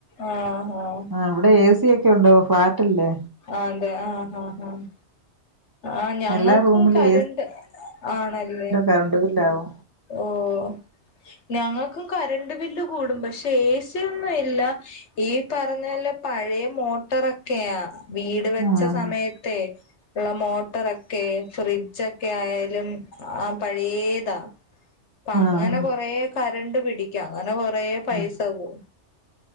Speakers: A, on the left (about 75°); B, on the right (about 25°).
A: ആഹ് ആഹ്
B: ആഹ് ഇവിടെ എ സി ഒക്കെ ഉണ്ട് ഫ്ളാറ്റ്ല്ലേ
A: ആഹ് അതെ ആഹ് ആഹ് ആഹ് ആഹ് ഞങ്ങൾക്കും
B: എല്ലാ റൂമിലും
A: കരണ്ട് ആണല്ലേ
B: കരണ്ട ബില്ലാവോ
A: ഓഹ് ഞങ്ങക്ക് കറണ്ട് ബില്ല് കൂടും പക്ഷെ എ സി ഒന്നും ഇല്ല ഈ പറഞ്ഞതല്ല പഴയ മോട്ടറൊക്കെയാ വീട് വെച്ച
B: ആഹ്
A: സമയത്ത ഉള്ള മോട്ടറൊക്കെ ഫ്രിഡ്ജൊക്കെ ആയാലും ആ പഴയതാ പ്പ അങ്ങന
B: ആഹ് ആഹ്
A: കൊറെ കരണ്ട് പിടിക്കാം അങ്ങന കൊറെ പൈസ
B: ഉം
A: പോവും